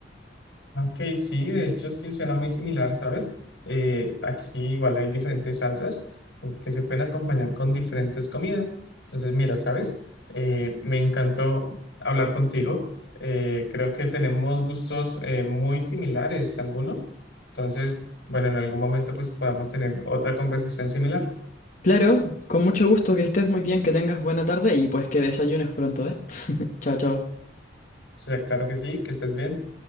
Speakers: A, on the left (about 85°); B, on the left (about 50°).
A: Ok, sí, de hecho sí suena muy similar, ¿sabes? Eh, aquí igual hay diferentes salsas eh, que se pueden acompañar con diferentes comidas. Entonces, mira, ¿sabes? Eh, me encantó hablar contigo. Eh, creo que tenemos gustos eh, muy similares algunos. Entonces, bueno, en algún momento pues podamos tener otra conversación similar.
B: Claro, con mucho gusto, que estés muy bien, que tengas buena tarde y pues que desayunes pronto, ¿eh? <laughs> Chao, chao.
A: O sea, claro que sí, que estés bien.